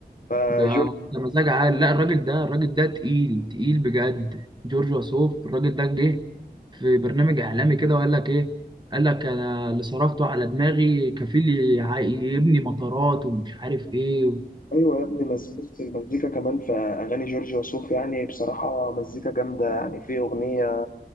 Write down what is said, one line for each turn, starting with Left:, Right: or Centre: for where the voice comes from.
Left: فجورج
Right: ده ده مزاج عالي لا الراجل ده الراجل ده تقيل تقيل بجد جورج وسوف الراجل ده جه في برنامج اعلامي كده وقال لك ايه قال لك انا اللي صرفته على دماغي كفيل يع- يبني مطارات ومش عارف ايه
Left: ايوه يا ابني بس بص المزيكا كمان في اغاني جورج وسوف يعني بصراحه مزيكا جامده يعني في اغنيه